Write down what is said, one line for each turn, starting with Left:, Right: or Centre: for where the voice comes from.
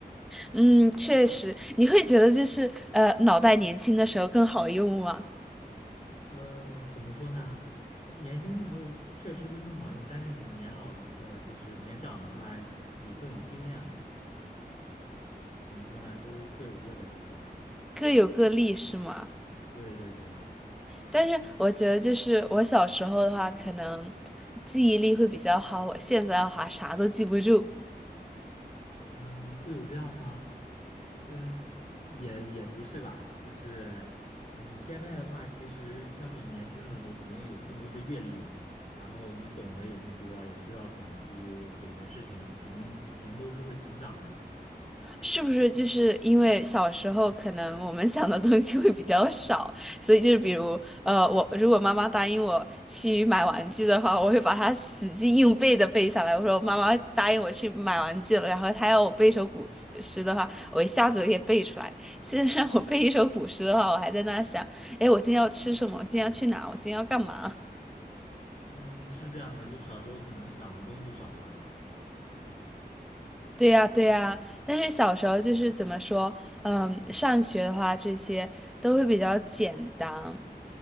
Centre: 嗯，确实，你会觉得就是呃，脑袋年轻的时候更好用吗？
Left: 呃，怎么说呢？年轻的时候确实会更好用，但是你年老，呃，就是年长的话也更有经验嘛。怎么说呢？都各有各的好吧？
Centre: 各有各利是吗？
Left: 对对对，
Centre: 但是我觉得，就是我小时候的话，可能记忆力会比较好。我现在的话，啥都记不住，
Left: 嗯、会有这样吗？嗯、也也不是吧，就是你现在的话，其实相比年轻的时候，肯定有更多的阅历嘛，然后你懂得也更多，也知道怎么去解决事情，肯定人都是会成长的。
Centre: 是不是？就是因为小时候可能我们想的东西会比较少，所以就是比如，呃，我如果妈妈答应我去买玩具的话，我会把它死记硬背的背下来。我说妈妈答应我去买玩具了，然后她要我背一首古诗诗的话，我一下子就可以背出来。现在让我背一首古诗的话，我还在那想，哎，我今天要吃什么？我今天要去哪？我今天要干嘛？
Left: 嗯，是这样的，就小时候可能想的东西少吧。
Centre: 对呀，对呀，但是小时候就是怎么说，嗯，上学的话这些都会比较简单。